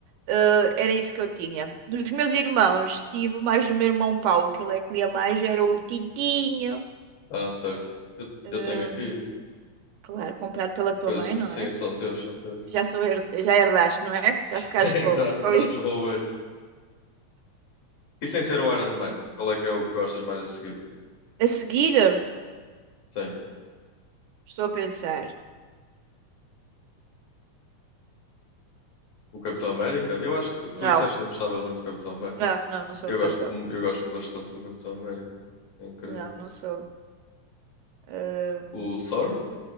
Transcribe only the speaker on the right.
eh, era isso que eu tinha. Dos meus irmãos, tive mais do meu irmão Paulo, que ele é que lia mais, era o Tintinho,
eh,
claro, comprado pela tua
mãe,
não é?
Já sou, her- já herdaste, não é? Já
ficaste com,
com
isso.
A seguir,
estou a pensar.
Não,
não, não, não sou
fã
dele.
Não, não sou. Ahm,